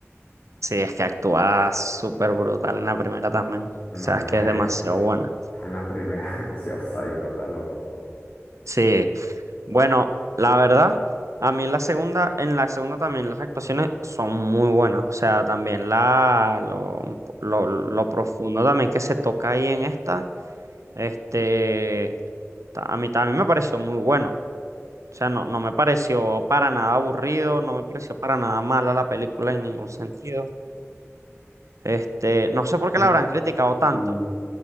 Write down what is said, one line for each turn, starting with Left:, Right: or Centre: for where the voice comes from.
Right: Sí, es que actúa súper brutal en la primera también. O
Left: No,
Right: sea, es
Left: marica,
Right: que es demasiado buena.
Left: en la primera <laughs> demasiado psycho, está loco.
Right: Sí. Bueno, la verdad, a mí en la segunda, en la segunda también las actuaciones son muy buenas. O sea, también la, lo, lo, lo profundo también que se toca ahí en esta, este, ta- a mí también me pareció muy bueno. O sea, no, no me pareció para nada aburrido, no me pareció para nada mala la película en ningún sentido. Este, no sé por qué
Left: Y,
Right: la habrán criticado
Left: y-
Right: tanto.